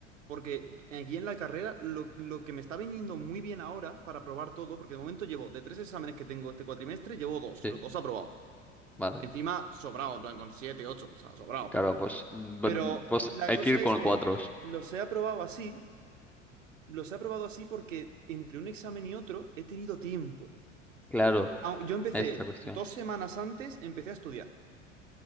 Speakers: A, on the right; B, in the centre.
A: Porque aquí en la carrera lo, lo que me está viniendo muy bien ahora para aprobar todo, porque de momento llevo de tres exámenes que tengo este cuatrimestre, llevo dos
B: <laughs> Sí,
A: y los dos aprobados.
B: vale.
A: Y encima sobrado, en plan con siete, ocho, o sea, sobrado.
B: Claro, pues, bu-
A: Pero
B: pues
A: la
B: hay
A: cosa
B: que ir con
A: es que
B: cuatros.
A: los he aprobado así, los he aprobado así porque entre un examen y otro he tenido tiempo.
B: Claro,
A: Y, ah, Yo empecé
B: esta cuestión.
A: dos semanas antes, empecé a estudiar